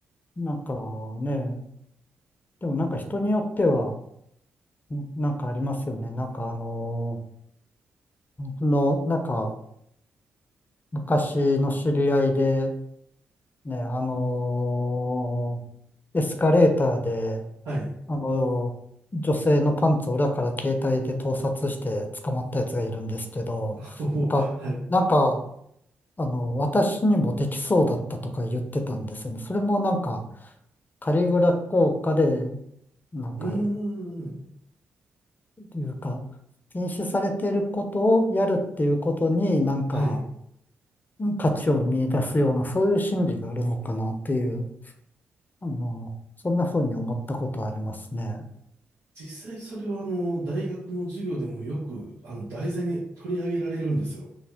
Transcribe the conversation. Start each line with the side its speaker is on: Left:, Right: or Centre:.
Left: なんかね、でもなんか人によっては、んなんかありますよね。なんかあの僕の、なんか昔の知り合いで、ね、あのエスカレーターで、
Right: はい。
Left: あの、女性のパンツを裏から携帯で盗撮して捕まったやつがいるんですけど、
Right: <laughs> おはい。
Left: なんか、なんか、あの、私にもできそうだったとか言ってたんですよね。それもなんか、カリグラ効果で、なんか、
Right: うーん。
Left: いうか、禁止されていることをやるっていうことになんか、
Right: はい。
Left: 価値を見出すような、そういう心理があるのかなっていう、あの、そんな風に思ったことはありますね。
Right: 実際それはあの、大学の授業でもよく、あの、題材に取り上げられるんですよ。